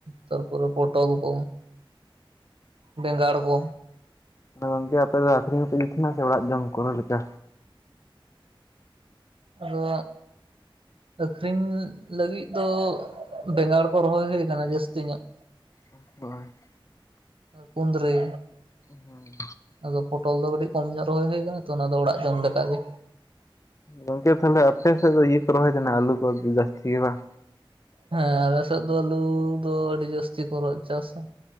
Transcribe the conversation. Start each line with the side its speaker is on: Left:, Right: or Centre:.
Right: ᱛᱟᱨᱯᱚᱨᱮ ᱯᱚᱴᱚᱞ ᱠᱚ, ᱵᱮᱸᱜᱟᱲ ᱠᱚ
Left: ᱢᱟᱱᱮ ᱜᱚᱝᱠᱮ ᱟᱯᱮ ᱫᱚ ᱟᱹᱠᱷᱨᱤᱧ ᱦᱚᱸᱯᱮ ᱤᱫᱤ ᱛᱟᱦᱮᱱᱟ ᱥᱮ ᱚᱲᱟᱜ ᱡᱚᱢ ᱠᱚᱨᱮ ᱞᱮᱠᱟ
Right: ᱟᱫᱚ ᱟᱹᱠᱷᱨᱤᱧ ᱞᱟᱹᱜᱤᱫ ᱫᱚ ᱵᱮᱸᱜᱟᱲ ᱠᱚ ᱨᱚᱦᱚᱭ ᱦᱩᱭ ᱟᱠᱟᱱᱟ ᱡᱟᱹᱥᱛᱤ ᱧᱚᱜ
Left: <inaudible>
Right: ᱠᱩᱫᱽᱨᱤ
Left: ᱦᱮᱸ
Right: ᱟᱫᱚ ᱯᱚᱴᱚᱞ ᱫᱚ ᱠᱟᱹᱴᱤᱡ ᱠᱚᱢ ᱧᱚᱜ ᱨᱚᱦᱚᱭ ᱦᱩᱭᱩᱭᱟᱱᱟ ᱛᱚ ᱚᱱᱟ ᱫᱚ ᱚᱲᱟᱜ ᱡᱚᱢ ᱞᱮᱠᱟᱜ ᱜᱮ
Left: ᱜᱚᱝᱠᱮ ᱛᱟᱦᱞᱮ ᱟᱯᱮ ᱥᱮᱫ ᱫᱚ ᱤᱭᱟᱹ ᱠᱚ ᱨᱚᱦᱚᱭ ᱛᱟᱦᱮ ᱟᱞᱩ ᱠᱚ ᱡᱟᱹᱥᱛᱤ ᱜᱮ ᱵᱟᱝ
Right: ᱦᱮᱸ ᱟᱞᱮᱥᱮᱫ ᱫᱚ ᱟᱞᱩ ᱫᱚ ᱟᱹᱰᱤ ᱡᱟᱹᱥᱛᱤ ᱠᱚ ᱨᱚᱜ ᱪᱟᱥᱟ